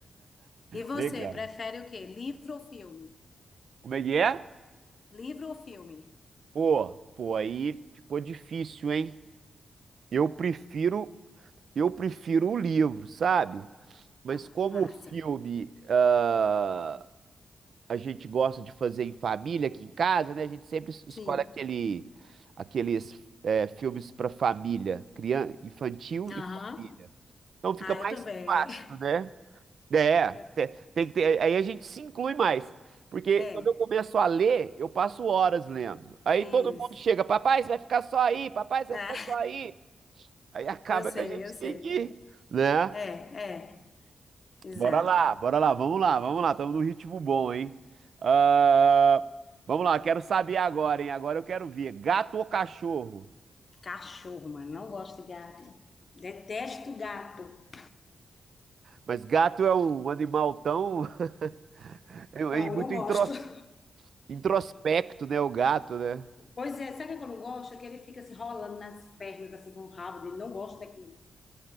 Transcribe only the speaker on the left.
E você,
prefere o quê? Livro ou filme?
Livro ou filme?
Ah,
massa.
Sim.
Aham.
Ah,
eu também.
<laughs>
Eu-
É,
isso.
Ah,
<laughs>
eu sei,
eu sei.
É, é, exato.
Cachorro, mano. Não gosto de gato. Detesto gato.
Não,
eu não gosto.
<laughs>
Pois é, sabe o que eu não gosto? É que ele fica assim rolando nas pernas, assim com o rabo dele. Não gosto daquilo.